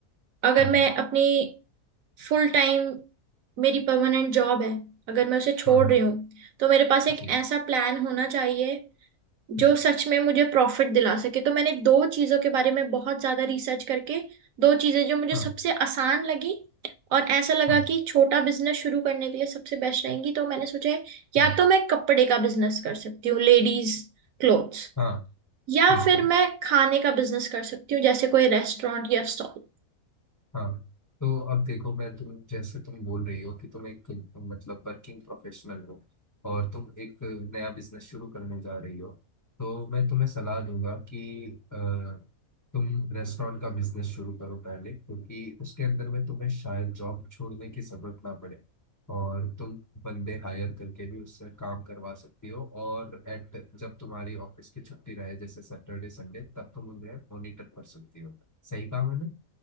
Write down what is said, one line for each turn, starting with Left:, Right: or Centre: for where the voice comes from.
Right: अगर
Left: हाँ
Right: मैं
Left: हाँ
Right: अपनी फुल टाइम मेरी परमानेंट जॉब है अगर मैं उसे छोड़
Left: हाँ हाँ
Right: रही हूँ तो मेरे पास एक
Left: जी
Right: ऐसा प्लान होना चाहिए जो
Left: जी,
Right: सच में मुझे प्रॉफिट दिला सके तो मैंने दो चीजों के बारे में बहुत ज्यादा रिसर्च करके दो चीजें जो मुझे
Left: हाँ
Right: सबसे आसान लगी और ऐसा लगा
Left: हाँ
Right: कि छोटा बिजनेस शुरू करने के लिए सबसे बेस्ट रहेंगी तो मैंने सोचा है, या
Left: हाँ
Right: तो मैं कपड़े का बिजनेस कर सकती हूँ लेडीज क्लोथ्स
Left: हाँ
Right: या
Left: ठीक
Right: फिर
Left: है
Right: मैं खाने का बिजनेस कर सकती हूँ जैसे कोई रेस्टोरेंट या स्टॉल
Left: हाँ तो अब देखो मैं तुम जैसे तुम बोल रही हो कि तुम एक मतलब वर्किंग प्रोफेशनल हो और तुम एक नया बिजनेस शुरू करने जा रही हो तो मैं तुम्हें सलाह दूंगा कि अ, तुम रेस्टोरेंट का बिजनेस शुरू करो पहले क्योंकि उसके अंदर में तुम्हें शायद जॉब छोड़ने की जरूरत ना पड़े और तुम बंदे हायर करके भी उससे काम करवा सकती हो और एट जब तुम्हारी ऑफिस की छुट्टी रहे जैसे सैटरडे संडे तब तुम उन्हें मॉनिटर कर सकती हो सही काम है ना